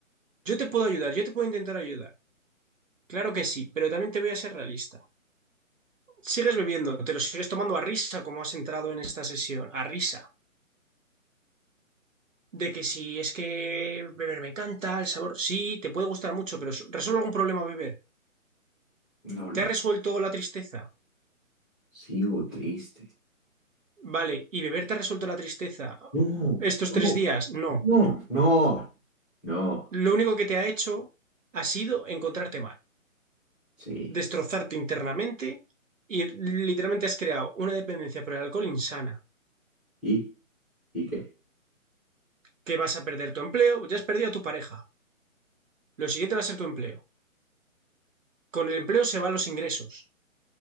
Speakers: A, on the right; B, in the centre.
A: Yo te puedo ayudar, yo te puedo intentar ayudar. Claro que sí, pero también te voy a ser realista. Sigues bebiendo, te lo sigues tomando a risa como has entrado en esta sesión, a risa. de que si es que beber me encanta, el sabor sí, te puede gustar mucho, pero resuelve algún problema beber.
B: No lo
A: ¿Te ha resuelto la tristeza?
B: Sigo triste.
A: Vale, ¿y beber te ha resuelto la tristeza
B: No,
A: estos
B: no,
A: tres días? No.
B: no, no, no.
A: Lo único que te ha hecho ha sido encontrarte mal,
B: Sí.
A: destrozarte internamente y literalmente has creado una dependencia por el alcohol insana,
B: ¿Y? ¿Y qué?
A: que vas a perder tu empleo, ya has perdido a tu pareja. Lo siguiente va a ser tu empleo. Con el empleo se van los ingresos,